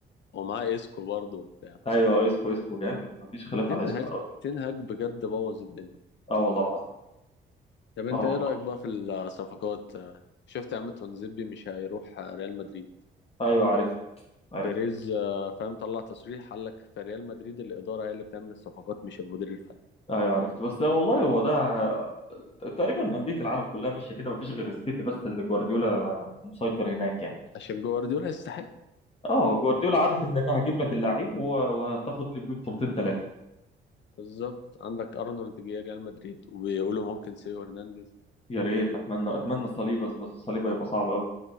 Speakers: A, on the left; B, on the left.
A: ومعاه اسكو برضه وبتاع
B: ايوه اسكو اسكو جامد مفيش خلاف
A: تنهاج
B: على اسكو يا راجل.
A: تنهاج بجد بوظ الدنيا
B: اه والله العظيم
A: طب انت
B: اه والله
A: ايه رأيك بقى في الصفقات شفت يا عم تونزيبي مش هيروح ريال مدريد
B: ايوه عرفت عرفت
A: بيريز آه، فاهم طلع تصريح قال لك في ريال مدريد الإدارة هي اللي بتعمل الصفقات مش المدير الفني
B: ايوه عرفت بس ده والله هو ده تقريبا انديه العالم كلها ماشيه كده مفيش غير السيتي بس اللي جوارديولا مسيطر هناك يعني
A: عشان جوارديولا يستحق
B: اه جوارديولا عارف ان انا هجيب لك اللعيب و- وهتاخد لي بيه بطولتين ثلاثه
A: بالظبط عندك أرنولد جه ريال مدريد وبيقولوا ممكن سيو هرنانديز
B: يا ريت اتمنى اتمنى صليبه بس بس صليبه هيبقى صعب قوي